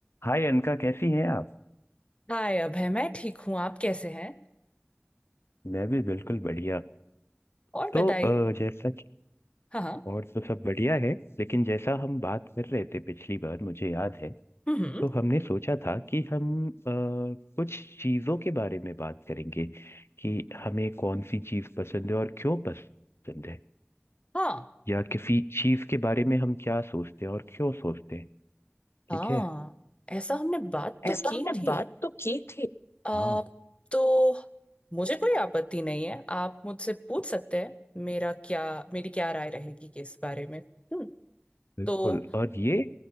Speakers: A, on the left (about 80°); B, on the left (about 30°).
A: हाय अनका कैसी हैं आप
B: हाय अभय मैं ठीक हूँ आप कैसे हैं
A: मैं भी बिल्कुल बढ़िया
B: और
A: तो
B: बताइए
A: अ, जैसा कि
B: हाँ हाँ
A: और तो सब बढ़िया है लेकिन जैसा हम बात कर रहे थे पिछली बार मुझे याद है
B: हम्म हम्म,
A: तो हमने सोचा था कि हम अ, कुछ चीज़ों के बारे में बात करेंगे कि हमें कौन सी चीज़ पसंद है और क्यों पसंद है
B: हाँ
A: या किसी चीज़ के बारे में हम क्या सोचते हैं और क्यों सोचते हैं ठीक
B: हाँ
A: है
B: ऐसा हमने बात
A: ऐसा
B: तो की
A: हमने
B: थी
A: बात तो की थी
B: आ,
A: हाँ
B: तो मुझे कोई आपत्ति नहीं है आप मुझसे पूछ सकते हैं मेरा क्या मेरी क्या राय रहेगी कि इस बारे में हम्म
A: बिल्कुल
B: तो
A: और ये